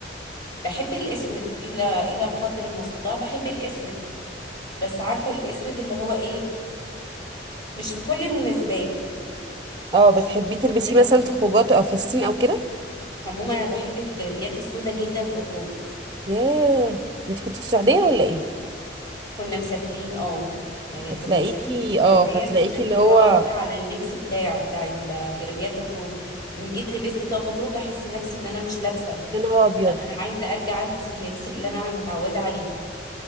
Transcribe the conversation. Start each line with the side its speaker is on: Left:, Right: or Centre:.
Left: بحب الاسود الى الى قدر المستطاع بحب الاسود بس عارفه الاسود اللي هو ايه مش في كل المناسبات
Right: اه بتحبيه
Left: مش في كل المناسبات
Right: تلبسيه
Left: بحب
Right: مثلا في
Left: العسل
Right: خروجات او فساتين او كده
Left: عموما انا بحب الجلابيات السوداء جدا في الخروج
Right: ياه انت كنت في السعوديه ولا ايه
Left: كنا مسافرين اه يعني
Right: فتلاقيكي
Left: كنا مسافرين في السعودية
Right: اه فتلاقيكي
Left: عشان
Right: اللي
Left: كده
Right: هو
Left: واخدة على اللبس بتاع بتاع الجلابيات الخروج لان جيت لبست طقم خروج احس نفسي ان انا مش لابسة
Right: يا نهار ابيض
Left: انا عايزة ارجع البس اللبس اللي انا متعودة عليه